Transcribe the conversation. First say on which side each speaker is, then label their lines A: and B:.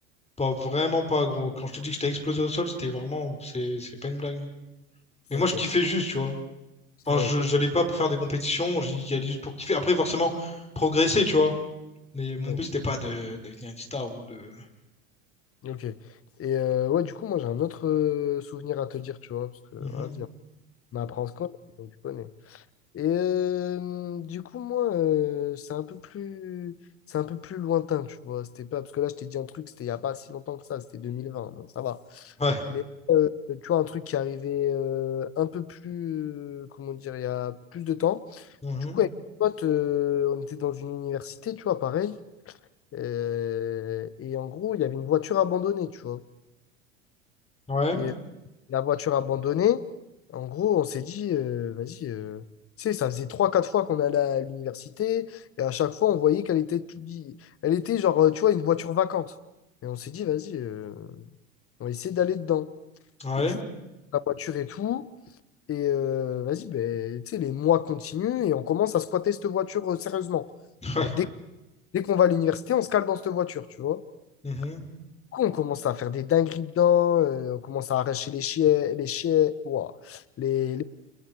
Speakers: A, on the left; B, on the left.
A: pas vraiment pas, gros. Quand je te dis que j'étais explosé au sol, c'était vraiment. C'est c'est pas une blague. Mais
B: Ok.
A: moi, je kiffais juste, tu vois. Enfin,
B: Ouais,
A: je
B: toi,
A: j'allais pas faire des compétitions, j'y j'y allais juste pour kiffer. Après, forcément, progresser, tu vois. Mais mon
B: Ouais.
A: but, c'était pas de devenir une star ou de.
B: Ok. Et euh, ouais, du coup, moi j'ai un autre euh, souvenir à te dire, tu vois, parce que
A: Mhm.
B: ah, vas-y, on apprend à se connaître, donc tu connais. Et euh, du coup, moi, euh, c'est un peu plus, c'est un peu plus lointain, tu vois. C'était pas parce que là, je t'ai dit un truc, c'était il y a pas si longtemps que ça, c'était 2020, donc ça va.
A: Ouais.
B: Mais euh, tu vois, un truc qui arrivait euh, un peu plus, euh, comment dire, il y a plus de temps.
A: Mhm.
B: Du coup, avec des potes, euh, on était dans une université, tu vois, pareil. Euh, et en gros, il y avait une voiture abandonnée, tu vois.
A: Ouais.
B: et la voiture abandonnée. En gros, on s'est dit, euh, vas-y, euh, tu sais, ça faisait trois quatre fois qu'on allait à l'université, et à chaque fois, on voyait qu'elle était, tout- elle était genre, euh, tu vois, une voiture vacante. Et on s'est dit, vas-y, euh, on va essayer d'aller dedans.
A: Ouais.
B: Et du coup, la voiture et tout, et euh, vas-y, ben, tu sais, les mois continuent, et on commence à squatter cette voiture euh, sérieusement.
A: Ouais.
B: Genre, dès, dès qu'on va à l'université, on se cale dans cette voiture, tu vois.
A: Mhm.
B: Du coup, on commence à faire des dingueries dedans, euh, on commence à arracher les chiens, les chiens, ouah, les,